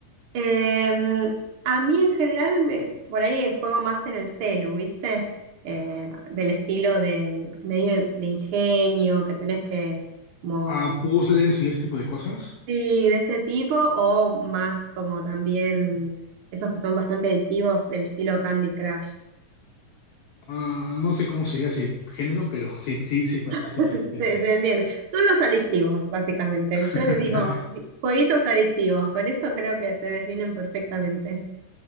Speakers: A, on the right; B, on the left.
A: Em, a mí en general, me, por ahí juego más en el celu, ¿viste? Eh, del estilo de medio de ingenio, que tenés que como
B: ah, puzzles y ese tipo de cosas.
A: Sí, de ese tipo o más como también esos que son bastante adictivos del estilo Candy Crush.
B: Ah, no sé cómo sería ese género, pero sí, sí, sí, cu- ¿a
A: <laughs>
B: qué te refieres?
A: Se, se entiende. Son los adictivos, básicamente.
B: <laughs>
A: Yo les digo jueguitos adictivos. Con eso creo que se definen perfectamente.